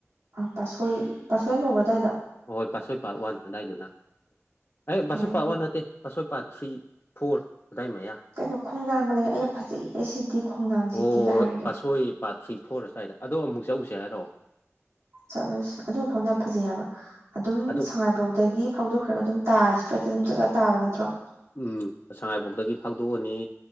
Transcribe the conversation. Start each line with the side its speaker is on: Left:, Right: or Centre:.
Right: ꯑ ꯄꯥꯠꯁꫭꯏ ꯄꯥꯠꯁꯣꯏ ꯀꯧꯕ꯭ꯔ ꯑꯗꯥꯏꯗꫭ
Left: ꯍꯣꯏ ꯄꯥꯠꯁꯣꯏ ꯄꯥꯠ ꯋꯥꯟ ꯑꯗꯥꯏꯗꯨꯅ ꯑꯦ ꯄꯥꯠꯁꯣꯏ
Right: ꯑꯣ
Left: ꯄꯥꯠ ꯋꯥꯟ ꯅꯠꯇꯦ ꯄꯥꯠꯁꯣꯏ ꯄꯥꯠ ꯊ꯭ꯔꯤ ꯐꯣꫪ ꯑꯗꯥꯏ ꯃꯌꯥ
Right: ꯀꯩꯅꯣ ꯈꯣꯡꯅꯥꯡꯒ ꯂꯩꯔ ꯑꯩꯅ ꯐꯖꯩꯌꯦ ꯁꯤꯗꯤ ꯈꯣꯡꯅꯥꯡ
Left: ꯍꯣꯏ
Right: ꯁꯤꯇꯤꯒ ꯍꯥꯏꯕꯗꯣ
Left: ꯄꯥꯠꯁꯣꯏ ꯄꯥꯠ ꯊ꯭ꯔꯤ ꯐꯣꯔ ꯑꯁ꯭ꯋꯥꯏꯗ ꯑꯗꯣ ꯑꯃꯨꯛ ꯆꯠꯎꯁꯦ ꯍꯥꯏꯔꯣ
Right: ꯆꯠꯂꯁꯤ ꯑꯗꯨ ꯃꯐꯝꯗꫭ ꯌꯥꯝ ꯐꯖꯩ ꯍꯥꯏꯕ ꯑꯗꯨꯝ
Left: ꯑꯗꯣ
Right: ꯁꯉꯥꯏꯕ꯭ꯔꯧꯗꯒꯤ ꯐꯥꯎꯗꯣꯛꯈ꯭ꯔꯒ ꯑꯗꯨꯝ ꯇꯥ ꯏꯁꯇ꯭ꯔꯦꯠꯇ ꯑꯗꯨꯝ ꯆꯠꯂ ꯇꯥꯕ ꯅꯠꯇ꯭ꯔꯣ
Left: ꯎꯝ ꯁꯉꯥꯏꯄꯣꯛꯒꯤ ꯐꯥꯎꯗꯣꯛꯑꯅꯤ